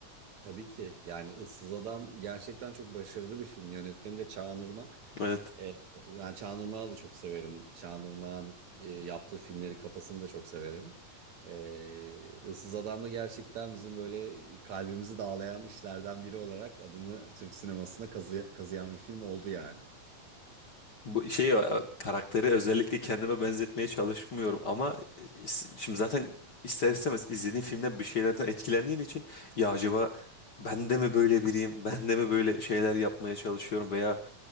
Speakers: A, on the right; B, on the left.
A: Tabii ki. Yani Issız Adam gerçekten çok başarılı bir film. Yönetmeni de Çağan Irmak.
B: Evet.
A: Ee, ben Çağan Irmak'ı da çok severim. Çağan Irmak'ın e, yaptığı filmleri kafasını da çok severim. Ee, Issız Adam da gerçekten bizim böyle kalbimizi dağlayan işlerden biri olarak adını Türk sinemasına kazı- kazıyan bir film oldu yani.
B: Bu şey e, karakteri özellikle kendime benzetmeye çalışmıyorum ama e, s- şimdi zaten ister istemez izlediğin filmden bir şeylerden etkilendiğin için ya acaba ben de mi böyle biriyim? Ben de mi böyle şeyler yapmaya çalışıyorum veya